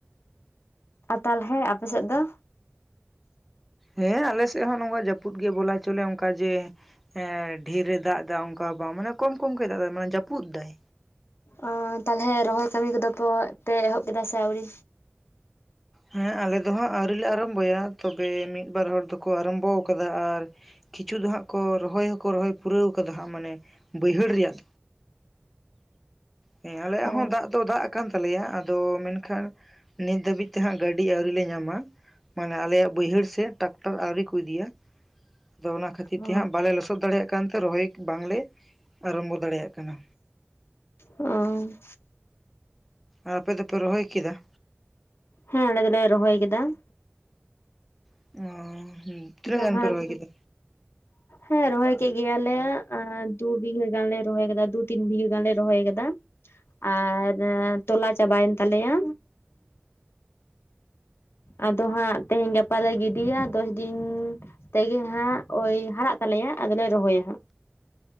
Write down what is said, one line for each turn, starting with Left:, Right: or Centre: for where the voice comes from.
Left: ᱟᱨ ᱛᱟᱞᱦᱮ ᱟᱯᱮ ᱥᱮᱫ ᱫᱚ?
Centre: ᱦᱮᱸ ᱟᱞᱮ ᱥᱮᱫ ᱦᱚᱸ ᱱᱚᱝᱠᱟ ᱡᱟᱹᱯᱩᱫ ᱜᱮ ᱵᱚᱞᱟ ᱪᱚᱞᱮ ᱚᱱᱠᱟ ᱡᱮ ᱦᱮᱸ ᱰᱷᱮᱨᱮ ᱫᱟᱜ ᱮᱫᱟ ᱚᱱᱠᱟ ᱦᱚ ᱵᱟᱝ ᱢᱟᱱᱮ ᱠᱚᱢ ᱠᱚᱢ ᱜᱮᱭ ᱫᱟᱜ ᱫᱟᱭ ᱢᱟᱱᱮ ᱡᱟᱹᱯᱩᱫ ᱫᱟᱭ᱾
Left: ᱚ ᱛᱟᱦᱚᱞᱮ ᱨᱚᱦᱚᱭ ᱠᱟᱹᱢᱤ ᱠᱚᱫᱚ ᱯᱚ ᱯᱮ ᱮᱦᱚᱵ ᱠᱮᱫᱟ ᱥᱮ ᱟᱹᱣᱨᱤ?
Centre: ᱦᱮᱸ ᱟᱞᱮ ᱫᱚ ᱦᱟᱸᱜ ᱟᱹᱣᱨᱤᱞᱮ ᱟᱨᱟᱢᱵᱚᱭᱟ ᱛᱚᱵᱮ ᱢᱤᱫ-ᱵᱟᱨ ᱦᱚᱲ ᱫᱚᱠᱚ ᱟᱨᱟᱢᱵᱚ ᱟᱠᱟᱫᱟ ᱟᱨ ᱠᱤᱪᱷᱩ ᱫᱚ ᱦᱟᱸᱜ ᱠᱚ ᱨᱚᱦᱚᱭ ᱦᱚᱸᱠᱚ ᱨᱚᱦᱚᱭ ᱯᱩᱨᱟᱹᱣ ᱠᱟᱫᱟ ᱦᱟᱸᱜ ᱢᱟᱱᱮ ᱵᱟᱹᱭᱦᱟᱹᱲ ᱨᱮᱭᱟᱜ᱾ ᱦᱮᱸ ᱟᱞᱮᱭᱟᱜ
Left: ᱚ
Centre: ᱦᱚᱸ ᱫᱟᱜ ᱫᱚ ᱫᱟᱜ ᱠᱟᱱ ᱛᱟᱞᱮᱭᱟ ᱟᱫᱚ ᱢᱮᱱᱠᱷᱟᱱ ᱱᱤᱛ ᱫᱷᱟᱹᱵᱤᱡ ᱛᱮ ᱦᱟᱸᱜ ᱜᱟᱹᱰᱤ ᱟᱹᱣᱨᱤ ᱞᱮ ᱧᱟᱢᱟ᱾ ᱢᱟᱱᱮ ᱟᱞᱮᱭᱟᱜ ᱵᱟᱹᱭᱦᱟᱹᱲ ᱥᱮ ᱴᱟᱠᱴᱟᱨ ᱟᱣᱨᱤ ᱠᱚ ᱤᱫᱤᱭᱟ ᱟᱫᱚ ᱚᱱᱟ ᱠᱷᱟᱹᱛᱤᱨ
Left: ᱚ
Centre: ᱛᱮᱦᱟᱸᱜ ᱵᱟᱞᱮ ᱞᱚᱥᱚᱫ ᱫᱟᱲᱮᱭᱟᱜ ᱠᱟᱱᱛᱮ ᱨᱚᱦᱚᱭ ᱵᱟᱝᱞᱮ ᱟᱨᱟᱢᱵᱚ ᱫᱟᱲᱮᱭᱟᱜ ᱠᱟᱱᱟ᱾
Left: ᱚ᱾
Centre: ᱟᱨ ᱟᱯᱮ ᱫᱚᱯᱮ ᱨᱚᱦᱚᱭ ᱠᱮᱫᱟ?
Left: ᱦᱮᱸ ᱟᱞᱮ ᱫᱚᱞᱮ ᱨᱚᱦᱚᱭ ᱠᱮᱫᱟ।
Centre: <inaudible>
Left: ᱡᱟᱦᱟᱸᱱ
Centre: ᱨᱚᱦᱚᱭ
Left: <unintelligible>
Centre: ᱠᱮᱫᱟ
Left: ᱦᱮᱸ ᱨᱚᱦᱚᱭ ᱠᱮᱜ ᱜᱮᱭᱟᱞᱮ ᱟᱸ ᱫᱩ ᱵᱤᱜᱷᱟᱹ ᱜᱟᱱᱞᱮ ᱨᱚᱦᱚᱭ ᱠᱟᱫᱟ, ᱫᱩ ᱛᱤᱱ ᱵᱤᱜᱷᱟᱹ ᱜᱟᱱᱞᱮ ᱨᱚᱦᱚᱭ ᱠᱟᱫᱟ। ᱟᱨ ᱮᱸ ᱛᱚᱞᱟ ᱪᱟᱵᱟᱭᱮᱱ ᱛᱟᱞᱮᱭᱟ᱾ ᱟᱫᱚ ᱦᱟᱸᱜ ᱛᱮᱦᱮᱧ ᱜᱟᱯᱟᱞᱮ ᱜᱤᱰᱤᱭᱟ᱾ ᱫᱚᱥ ᱫᱤᱱ ᱛᱮᱜᱮ ᱦᱟᱸᱜ ᱳᱭ ᱦᱟᱨᱟᱜ ᱛᱟᱞᱮᱭᱟ, ᱟᱫᱚᱞᱮ ᱨᱚᱦᱚᱭᱟ ᱦᱟᱸᱜ᱾